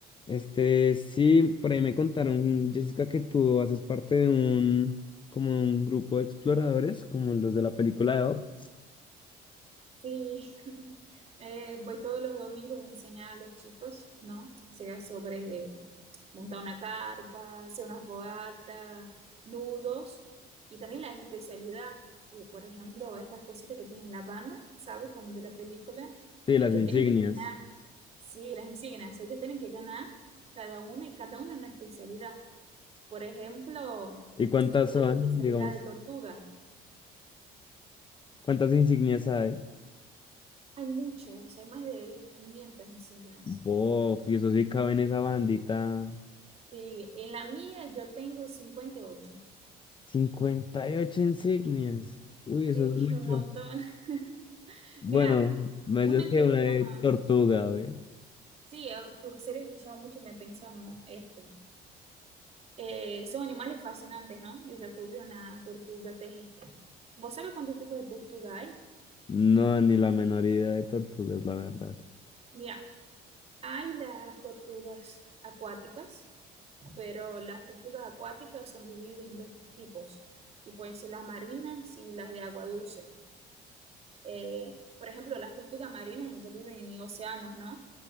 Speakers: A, on the left (about 30°); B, on the right (about 35°).
A: Este, sí, por ahí me contaron, Jessica, que tú haces parte de un, como un grupo de exploradores, como los de la película de Bob.
B: Sí, <laughs> eh, voy todos los domingos a enseñar a los chicos, ¿no? Sea sobre eh, montar una carpa, hacer una fogata, nudos y también la especialidad, que por ejemplo estas cositas que tienen la banda, ¿sabes? Como de la película,
A: Sí,
B: ellos
A: las insignias.
B: tienen que ganar, sí, las insignias, ellos tienen que ganar cada una y cada una una especialidad. Por ejemplo,
A: ¿Y cuántas
B: tienen
A: son?
B: la especialidad
A: Digamos,
B: de tortuga,
A: ¿cuántas insignias hay?
B: hay muchas, hay más de 500 insignias.
A: Bof, y eso sí cabe en esa bandita.
B: Sí, en la mía yo tengo 58.
A: cincuenta y ocho insignias. Uy,
B: Sí,
A: eso es mucho.
B: <laughs> un montón. <laughs>
A: Bueno,
B: Mira,
A: me
B: una
A: dices que
B: que
A: una
B: llama,
A: de tortuga, a ver.
B: sí, eu- eu seria que chama mucho mi atención é um- esta. Eh, são animais fascinantes, ¿no? Yo ya tuve una tortuga terrestre. ¿Vos sabés cuántos tipos de tortuga hay?
A: No, ni la menor idea de tortugas, la verdad.
B: Mira, hay las tortugas acuáticas, pero las tortugas acuáticas son divididas en dos tipos, que pueden ser las marinas y las de agua dulce. Eh, por ejemplo, las tortugas marinas, ellas viven en océanos, ¿no?